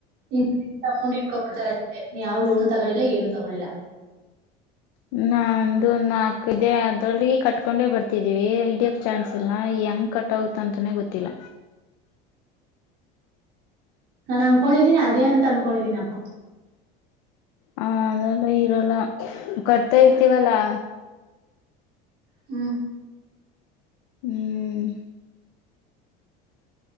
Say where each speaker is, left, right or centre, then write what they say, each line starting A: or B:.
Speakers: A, on the right; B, on the left.
A: ಇಂತ ಅಮೌಂಟ್ ಇಡ್ಕೊಬಿಡ್ತಾರೆ ಅಷ್ಟೆ ನೀ ಯಾವ್ ಲೋನ್ ತಗೊಂಡಿ ಲ್ಲ ಏನು ತೊಗೊಂಡಿಲ್ಲ.
B: ನಂದು ನಾಕ್ ಇದೆ ಅದ್ರಲ್ಲಿ ಕಟ್ಕೊಂಡೆ ಬರ್ತಿದ್ದೀವಿ ಹಡ್ಯಕ್ ಚಾನ್ಸ್ ಇಲ್ಲ ಹೆಂಗ ಕಟ್ಗುತ್ತಂತಾನೇ ಗೊತ್ತಿಲ್ಲ.
A: ನಾನನ್ ಅನ್ಕೊಂಡಿದ್ದೀನಿ ಅದೇ ಅಂತ ಅನ್ಕೊಂಡಿದೀನಪ್ಪ
B: ಹ ಅದಲ್ಲ ಇರಲ್ಲ ಕಟ್ತಾ ಇರ್ತೀವಲ್ಲಾ
A: ಹ್ಮ್
B: ಹ್ಮ್